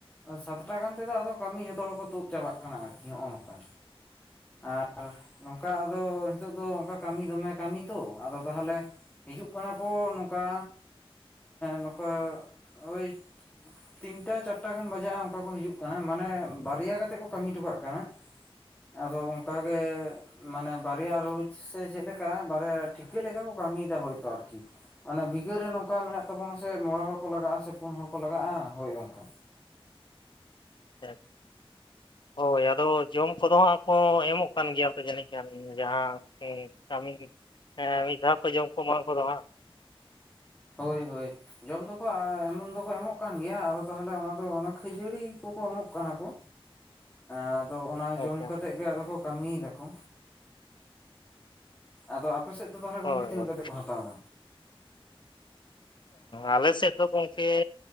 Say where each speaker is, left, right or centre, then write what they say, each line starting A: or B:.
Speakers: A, on the left (about 15°); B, on the left (about 55°).
A: ᱥᱟᱛᱴᱟ ᱜᱟᱱ ᱛᱮᱫᱚ ᱟᱫᱚ ᱠᱟᱹᱢᱤ ᱡᱷᱚᱛᱚ ᱦᱚᱲ ᱠᱚ ᱛᱳᱫ ᱪᱟᱵᱟᱜ ᱠᱟᱱᱟ, ᱟᱨᱠᱤ ᱱᱚᱜᱼᱚ ᱱᱚᱝᱠᱟ᱾ ᱟᱨ ᱱᱚᱝᱠᱟ ᱟᱫᱚ ᱱᱤᱛᱚᱜ ᱫᱚ ᱚᱱᱠᱟ ᱠᱟᱹᱢᱤ ᱫᱚᱢᱮ ᱠᱟᱹᱢᱤ ᱛᱚ ᱟᱫᱚ ᱛᱟᱦᱟᱞᱮ ᱦᱤᱡᱩᱜ ᱠᱟᱱᱟ ᱠᱚ ᱱᱚᱝᱠᱟ ᱱᱚᱝᱠᱟ ᱳᱭ ᱛᱤᱱᱴᱟ ᱪᱟᱨᱴᱟ ᱜᱟᱱ ᱵᱟᱡᱟᱜᱼᱟ, ᱚᱱᱠᱟ ᱠᱚ ᱦᱤᱡᱩᱜ ᱠᱟᱱᱟ᱾ ᱢᱟᱱᱮ ᱵᱟᱨᱭᱟ ᱠᱟᱛᱮ ᱠᱚ ᱠᱟᱹᱢᱤ ᱦᱚᱴᱚᱠᱟᱜ ᱠᱟᱱᱟ᱾ ᱟᱫᱚ ᱚᱱᱠᱟ ᱜᱮ ᱢᱟᱱᱮ ᱵᱟᱨᱭᱟ ᱨᱳᱡ ᱥᱮ ᱪᱮᱫ ᱞᱮᱠᱟ, ᱵᱟᱨᱭᱟ ᱴᱷᱤᱠᱟᱹ ᱞᱮᱠᱟ ᱠᱚ ᱠᱟᱹᱢᱤᱭᱮᱫᱟ ᱦᱳᱭᱛᱳ ᱟᱨᱠᱤ᱾ ᱢᱟᱱᱮ ᱵᱤᱜᱟᱹᱨ ᱨᱮ ᱱᱚᱝᱠᱟ ᱢᱮᱱᱟᱜ ᱛᱟᱵᱚᱱᱟ ᱥᱮ ᱢᱚᱬᱮ ᱦᱚᱲ ᱠᱚ ᱞᱟᱜᱟᱜᱼᱟ ᱥᱮ ᱯᱩᱱ ᱦᱚᱲ ᱠᱚ ᱞᱟᱜᱟᱜᱼᱟ, ᱦᱳᱭ ᱚᱱᱠᱟ᱾
B: ᱟᱪᱪᱷᱟ ᱦᱳᱭ ᱟᱫᱚ, ᱡᱚᱢ ᱠᱚᱫᱚ ᱦᱟᱸᱜ ᱠᱚ ᱮᱢᱚᱜ ᱠᱟᱱ ᱜᱮᱭᱟ ᱛᱚ ᱡᱟᱹᱱᱤᱡ ᱠᱷᱟᱱ? ᱡᱟᱦᱟᱸ ᱠᱟᱹᱢᱤ ᱢᱤᱫ ᱫᱷᱟᱣ ᱠᱚ ᱡᱚᱢ ᱠᱚ ᱮᱢᱟ ᱠᱚᱫᱚ ᱦᱟᱸᱜ᱾
A: ᱦᱳᱭ-ᱦᱳᱭ ᱡᱚᱢ ᱫᱚᱠᱚ ᱮᱢᱚᱱ ᱫᱚᱠᱚ ᱮᱢᱚᱜ ᱠᱟᱱ ᱜᱮᱭᱟ᱾ ᱟᱫᱚ ᱛᱟᱦᱟᱞᱮ ᱚᱱᱟ ᱫᱚ ᱚᱱᱟ ᱠᱷᱟᱹᱡᱟᱹᱲᱤ᱾ ᱠᱚ-ᱠᱚ ᱮᱢᱚᱜ ᱠᱟᱱᱟ ᱠᱚ ᱟᱫᱚ ᱚᱱᱟ
B: ᱦᱮᱸᱥᱮ
A: ᱡᱚᱢ ᱠᱟᱛᱮᱫ ᱜᱮ ᱟᱫᱚ ᱠᱚ ᱠᱟᱹᱢᱤᱭᱫᱟ ᱠᱚ, ᱟᱫᱚ ᱟᱯᱮ ᱥᱮᱫ ᱫᱚ ᱛᱟᱦᱚᱞᱮ
B: ᱦᱳᱭ
A: ᱜᱚᱝᱠᱮ ᱛᱤᱱᱟᱹᱜ
B: ᱦᱳᱭ
A: ᱠᱟᱛᱮ ᱠᱚ ᱦᱟᱛᱟᱣ ᱫᱟ?
B: ᱟᱞᱮ ᱥᱮᱫ ᱫᱚ ᱜᱚᱢᱠᱮ